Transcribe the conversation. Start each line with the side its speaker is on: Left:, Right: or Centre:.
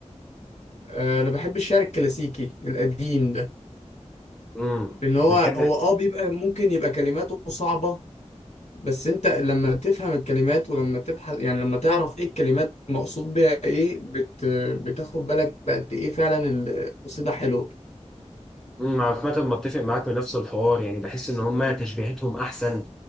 Left: آه، انا بحب الشعر الكلاسيكي القديم ده
Centre: امم
Left: لان هو
Centre: بتحب
Left: هو اه بيبقى ممكن يبقى كلماته صعبة بس انت لما تفهم الكلمات ولما تبحث يعني لما تعرف ايه الكلمات مقصود بيها ايه بت بتاخد بالك بقد ايه فعلا القصيدة حلوة
Centre: امم عامة بتفق معاك بنفس الحوار يعني بحس إن هما تشبيهاتهم أحسن